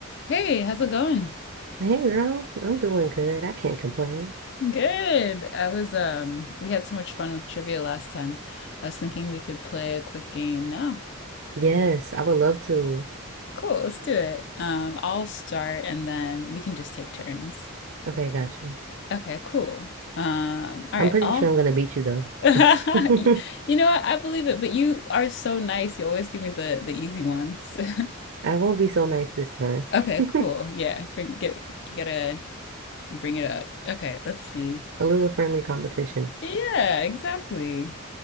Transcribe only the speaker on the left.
Hey, how's it going?
Good. I was um we had so much fun with trivia last time. I was thinking we could play a quick game now.
Cool, let's do it. Um I'll start and then we can just take turns.
Okay, cool. Um all
right,
I'll
<laughs>
Y-
You know what? I believe it, but you are so nice. You always give me the the easy ones. <laughs>
Okay,
cool. Yeah, bring get you gotta bring it up. Okay, let's see.
Yeah, exactly.